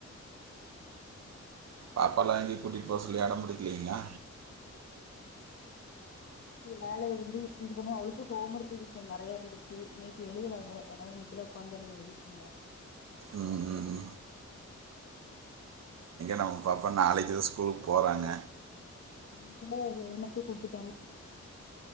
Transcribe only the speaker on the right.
பாப்ப எல்லா எங்கயு கூட்டிட்டு போக சொல்லி அடம் புடிக்கலீங்களா
உம் உம் உம் நம்ம பாப்பா நாளைக்குதா ஸ்கூல் போறாங்க